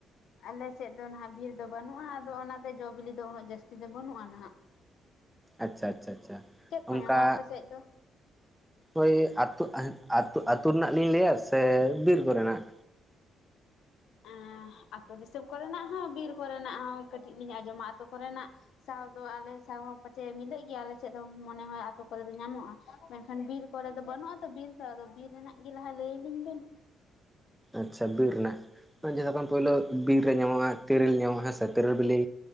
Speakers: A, on the left (about 75°); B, in the centre.
A: ᱟᱞᱮᱥᱮᱫ ᱫᱚ ᱱᱟᱦᱟᱜ ᱵᱤᱨ ᱫᱚ ᱵᱟᱹᱱᱩᱜᱼᱟ, ᱟᱫᱚ ᱚᱱᱟᱛᱮ ᱡᱚ ᱵᱤᱞᱤ ᱫᱚ ᱩᱱᱟᱹᱜ ᱡᱟᱹᱥᱛᱤ ᱫᱚ ᱵᱟᱹᱱᱩᱜᱼᱟ ᱱᱟᱦᱟᱜ,
B: ᱟᱪᱪᱷᱟ ᱟᱪᱪᱷᱟ, ᱟᱪᱪᱷᱟ,
A: ᱪᱮᱫ ᱠᱚ
B: ᱚᱱᱠᱟᱼᱼ
A: ᱧᱟᱢᱚᱜᱼᱟ ᱟᱯᱮ ᱥᱮᱫ ᱫᱚ
B: ᱳᱭ ᱟᱹᱛᱩ ᱟᱹᱛᱩ ᱟᱹᱛᱩ ᱨᱮᱱᱟᱜ ᱞᱤᱧ ᱞᱟᱹᱭᱟ ᱥᱮ ᱵᱤᱨ ᱠᱚᱨᱮᱱᱟᱜ?
A: ᱮᱻ ᱟᱛᱳ ᱫᱤᱥᱚᱢ ᱠᱚᱨᱮᱱᱟᱜ ᱦᱚᱸ ᱵᱤᱨᱼᱼ ᱠᱚᱨᱮᱱᱟᱜ ᱦᱚᱸ ᱠᱟᱹᱴᱤᱡ ᱞᱤᱧ ᱟᱸᱡᱚᱢᱟ, ᱟᱹᱛᱳ ᱠᱚᱨᱮᱱᱟᱜ ᱥᱟᱶ ᱫᱚ ᱟᱞᱮ ᱥᱟᱶ ᱦᱚᱸᱼᱼ ᱯᱟᱪᱮᱫ ᱢᱤᱞᱟᱹᱜ ᱜᱮᱭᱟ ᱟᱞᱮᱥᱮᱫ ᱫᱚ ᱢᱚᱱᱮ ᱦᱳᱭ ᱟᱯ ᱛᱚ ᱠᱚᱨᱮ ᱫᱚ ᱧᱟᱢᱚᱜᱼᱟ, ᱢᱮᱱᱠᱷᱟᱱ ᱵᱤᱨ ᱠᱚᱨᱮ ᱫᱚ ᱵᱟᱹᱱᱩᱜᱼᱟ ᱛᱚ ᱵᱤᱨ ᱫᱚ, ᱟᱫᱚ ᱵᱤᱨ ᱨᱮᱱᱟᱜ ᱜᱮ ᱞᱟᱦᱟ ᱞᱟᱹᱭᱟᱞᱤᱧ ᱵᱮᱱ,
B: ᱟᱪᱪᱷᱟ ᱵᱤᱨ ᱨᱮᱱᱟᱜ, ᱡᱚᱛᱚ ᱠᱷᱚᱱ ᱯᱳᱭᱞᱳ ᱵᱤᱨ ᱨᱮ ᱧᱟᱢᱚᱜᱼᱟ ᱛᱮᱹᱨᱮᱹᱞ ᱧᱟᱢᱚᱜᱼᱟ, ᱦᱮᱸᱥᱮ, ᱛᱤᱨᱤᱞ ᱵᱤᱞᱤ,